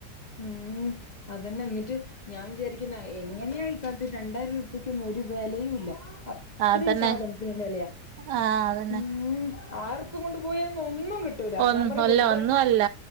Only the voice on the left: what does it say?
ഉം അതന്നെ എന്നിട്ട് ഞാൻ വിചാരിക്കുന്നെ എങ്ങനെയാ ഇക്കാലത്ത് രണ്ടായിറുപ്യക്കൊന്നും ഒരു വിലയും ഇല്ല ഇത്രയും
സാധനത്തിന് വെലയാ
ഉം ആയിരോർപ്യകൊണ്ട് പോയാ ഒന്നും കി ട്ടൂല
ഞാൻ പറയും
വെറുതെ